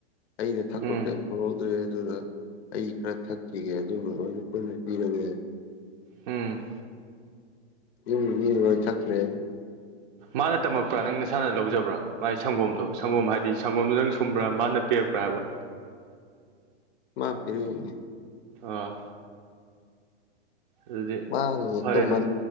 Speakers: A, on the left; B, on the right.
A: ꯑꯩꯅ ꯊꯛꯄ
B: ꯎꯝ
A: ꯀꯔꯤꯝ ꯈꯪꯍꯧꯗ ꯭ꯔꯦ ꯑꯗꯨꯅ ꯑꯩ ꯈꯔ ꯊꯛꯈꯤꯒꯦ ꯑꯗꯨꯒ ꯂꯣꯏꯅ ꯄꯨꯟꯅ ꯄꯤꯔꯒ
B: ꯎꯝ
A: ꯏ ꯃꯤ ꯑꯣꯏ ꯊꯛꯈ꯭ꯔꯦ
B: ꯃꯥꯅ ꯇꯝꯃꯛꯄ꯭ꯔꯥ ꯅꯪ ꯅꯁꯥꯅ ꯂꯧꯖꯕ꯭ꯔꯥ ꯃꯥꯒꯤ ꯁꯪꯒꯣꯝꯗꯣ ꯁꯪꯒꯣꯝ ꯍꯥꯏꯗꯤ ꯁꯪꯒꯣꯝꯗꯣ ꯅꯪ ꯁꯨꯝꯕ꯭ꯔꯥ ꯃꯥꯅ ꯄꯤꯔꯛꯄ꯭ꯔꯥ ꯍꯥꯏꯕ
A: ꯃꯥ ꯄꯤꯔꯩ
B: ꯑꯥ ꯑꯗꯨꯗꯤ
A: ꯃꯥꯅ ꯌꯦꯛꯇ
B: ꯐꯔꯦꯅꯦ
A: ꯃꯟ